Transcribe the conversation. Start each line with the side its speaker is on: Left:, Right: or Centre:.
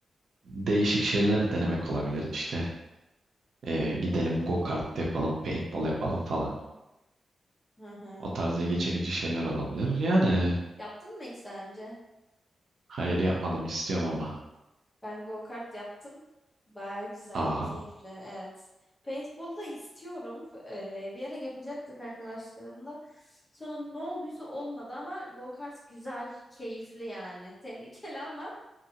Right: değişik şeyler denemek olabilir. İşte Ee, gidelim go kart yapalım, paintball yapalım falan.
Left: Hı hı.
Right: O tarz ilgi çekici şeyler olabilir. Yani
Left: Yaptın mı hiç daha önce?
Right: hayır yapmadım istiyorum ama.
Left: Ben go-kart yaptım. Baya güzel,
Right: Aa,
Left: keyifli. Evet. Paintball da istiyorum. Ee, bir ara yapacaktık arkadaşlarımla. Sonra ne olduysa olmadı ama go-kart güzel, keyifli yani. <laughs> Tehlikeli ama